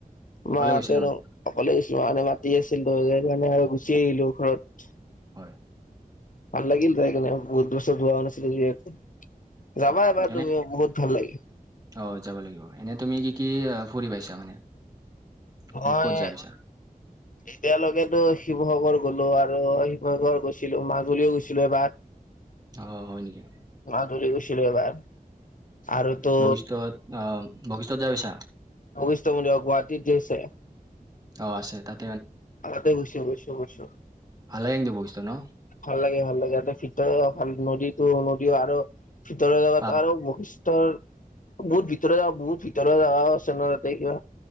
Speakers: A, on the right; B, on the left.
A: অকলে
B: মাহঁতে
A: গৈছিলো মানে
B: অকলে মানে মাতি আছিল যে মানে আৰু গুচি আহিলো ঘৰত।
A: হয়।
B: ভাল লাগিল জাইকিনেও বহুত বছৰ যোৱাও নাছিলো যিহেতু, যাবা
A: হয়
B: এবাৰ
A: এনে
B: তুমি বহুত ভাল লাগে।
A: অ', যাব লাগিব, এনেই তুমি কি কি ফুৰি পাইছা মানে?
B: মই
A: ক- ক'ত যাই পাইছা?
B: এতিয়ালৈকেতো শিৱসাগৰ গ'লো আৰু শিৱসাগৰ গৈছিলো, মাজুলীও গৈছিলো এবাৰ।
A: আহ, হয় নেকি?
B: মাজুলী গৈছিলো এবাৰ আৰু তো
A: বশিষ্ঠত আহ বশিষ্ঠত যাই পাইছা?
B: বশিষ্ট মন্দিৰ অ' গুৱাহাটীত যে আছে
A: অ', আছে তাত।
B: তাতে গৈছো, গৈছো, গৈছো।
A: ভাল লাগে কিন্তু বশিষ্ঠ ন?
B: ভাল লাগে, ভাল লাগে, তাতে ভিতৰত অ' ভাল নদীত নদীওঁ আৰু ভিতৰ জাগাত
A: পাম
B: আৰু বশি ত বহুত ভিতৰত য বহুত ভিতৰত য আছে ন তাতে কিবা